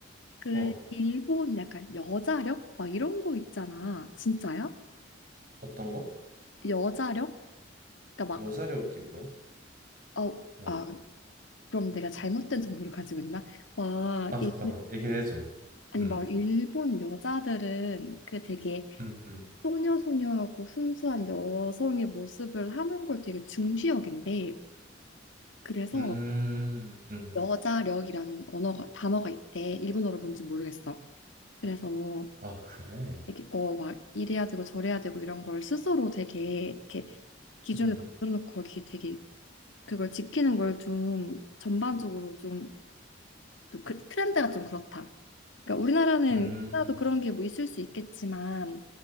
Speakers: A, on the left (about 85°); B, on the right (about 45°).
A: 그
B: 어
A: 일본 약간 여자력 막 이런 거 있잖아. 진짜야?
B: 어떤 거?
A: 여자력? 그러니까
B: 여자력이
A: 막
B: 뭐야?
A: 어,
B: 어.
A: 아, 그럼 내가 잘못된 정보를 가지고 있나? 막
B: 아 잠깐만
A: 일,
B: 얘기를 해줘
A: 아니
B: 음.
A: 막 일본 여자들은 그 되게
B: 음. 음.
A: 소녀소녀하고 순수한 여성의 모습을 하는 걸 되게 중시 여긴대. 그래서
B: 음. 음.
A: 여자력이라는 언어가 단어가 있대. 일본어로 뭔지 모르겠어. 그래서
B: 아 그래
A: 되게 어막 이래야 되고 저래야 되고 이런 걸 스스로 되게 이렇게 기준을
B: 음.
A: 만들어 놓고 거기 되게 그걸 지키는 걸 좀 전반적으로 좀 또 그 트렌드가 좀 그렇다. 그러니까 우리나라는
B: 음.
A: 나도 그런 게 뭐 있을 수 있겠지만